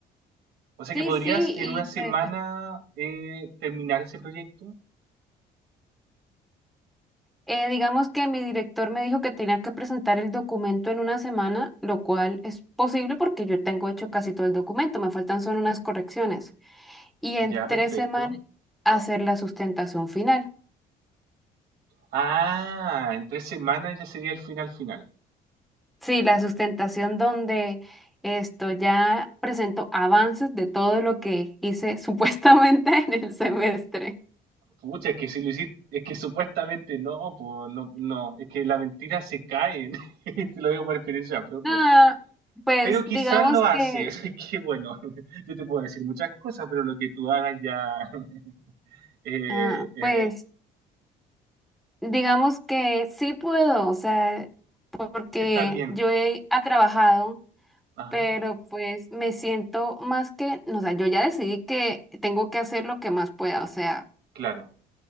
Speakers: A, on the right; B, in the centre.
A: O sea
B: sí,
A: que podrías
B: sí,
A: en
B: y
A: una semana
B: pues
A: eh, terminar ese proyecto.
B: eh, digamos que mi director me dijo que tenía que presentar el documento en una semana, lo cual es posible porque yo tengo hecho casi todo el documento, me faltan solo unas correcciones. Y en
A: Ya,
B: tres
A: perfecto.
B: semanas hacer la sustentación final.
A: Ah, en tres semanas ya sería el final final.
B: Sí, la sustentación donde esto ya presento avances de todo lo que hice <laughs> supuestamente en el semestre.
A: Pucha, es que si lo hiciste, es que supuestamente no, pues no, no, es que la mentira se cae, <laughs> te lo digo por experiencia propia.
B: Ah, pues
A: Pero quizás
B: digamos
A: lo haces,
B: que,
A: <laughs> que bueno, <laughs> yo te puedo decir muchas cosas, pero lo que tú hagas ya <laughs> eh,
B: ah,
A: eh,
B: pues digamos que sí puedo, o sea, porque
A: está bien.
B: yo he ha trabajado,
A: Ajá,
B: pero pues me siento más que, no, o sea, yo ya decidí que tengo que hacer lo que más pueda, o sea,
A: claro.